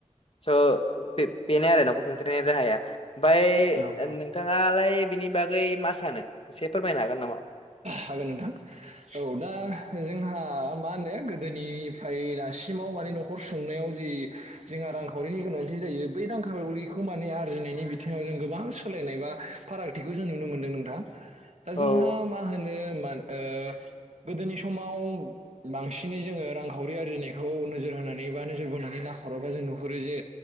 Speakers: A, on the left; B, on the right.
A: स'बे बेनो आरो नाखर सुंथानाय राहाया ओमफाय
B: औ औ
A: नोंथाङालाय बिनि बागै मा सानो एसे फोरमायनो हागोन नामा?
B: हागोन नोंथां औ दा जोंहा मा होनो गोदोनिफ्राय दासिमाव माने न'खर सुंनायाव जि जोंहा रांखावरिनि गोनांथि जायो बै दांखावरिखौ माने आरजिनायनि बिथिङाव जों गोबां सोलायनाय बा फारागथिखौ जों नुनो मोनदों नोंथां दा
A: औ
B: जोंहा मा होनो ओ गोदोनि समाव बांसिनै जोङो रांखावरि आरजिनायखौ नोजोरहो होनानै बा नोजोर बोनानै नाहरोबा जों नुहुरो जे